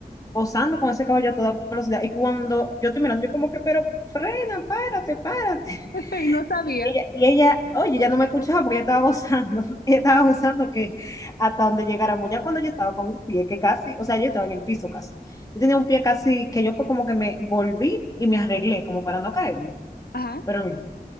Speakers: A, on the left; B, on the left.
A: gozando con ese caballo a toda velocidad. Y cuando yo estoy mirando, yo como que, pero frena, párate, párate.
B: <laughs> Y no sabía.
A: Y ella, y ella, oye, ya no me escuchaba porque ella estaba gozando, <laughs> ella estaba gozando que hasta donde llegáramos, ya cuando yo estaba con un pie que casi, o sea, yo estaba en el piso casi, yo tenía un pie casi que yo fue como que me volví y me arreglé como para no caerme,
B: Ajá.
A: pero mira,